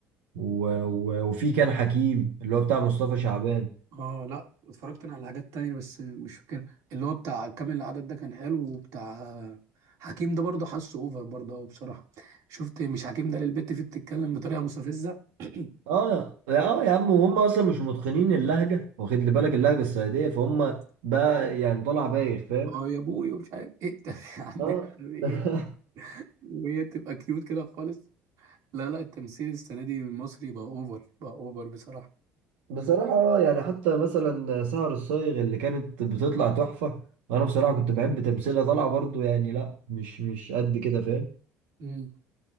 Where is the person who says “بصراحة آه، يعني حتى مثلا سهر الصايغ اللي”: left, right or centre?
Right